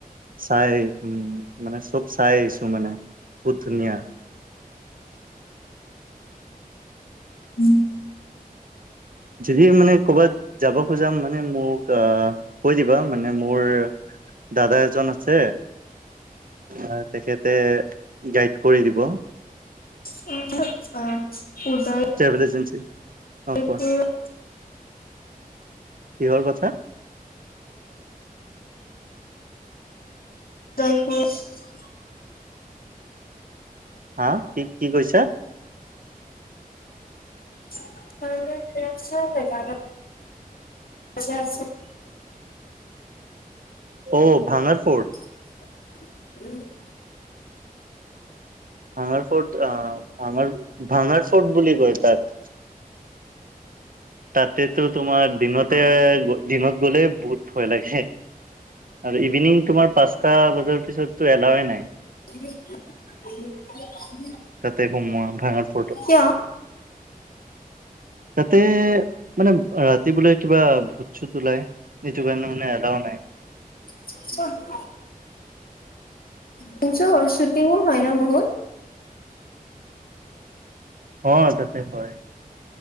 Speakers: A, on the right; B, on the left.
A: চাই এই উম মানে চব চাই আহিছো মানে, বহুত ধুনীয়া।
B: ওম'
A: যদি মানে ক'বাত- যাব খোজা মানে মোক অ', কৈ দিবা মানে মোৰ দাদা এজন আছে। আ, তেখেতে গাইড কৰি দিব।
B: <unintelligible> উদয়
A: ট্ৰেভেল এজেঞ্চি অ
B: <inaudible>
A: কোৱা কিহৰ কথা?
B: <inaudible>
A: হা কি কি কৈছা?
B: <unintelligible> পইচা আছিল।
A: অ' ভাঙাৰ ফোৰ্ট?
B: <inaudible>
A: ভাঙাৰ ফৰ্ট আ, ভাঙাৰ ভাঙাৰ ফৰ্ট বুলি কয় তাত। ততেটো তোমাৰ দিনতে
B: অ',
A: দিনত গ'লে বহুত ভয় লাগে। আৰু ইভিনিং তোমাৰ পাঁচটা বজাৰ পিছতটো এলাওৱে নাই।
B: <unintelligible>
A: তাতে সোমোৱা ভাত
B: কিয়?
A: তাতে মানে, ৰাতি বোলে কিবা ভূত-চুত ওলাই, সেইটো কাৰণে মানে এটাও নাই
B: <unintelligible> কিন্তু শ্বুটিংও হয় ন বহুত
A: অঁ, তাতে হয়।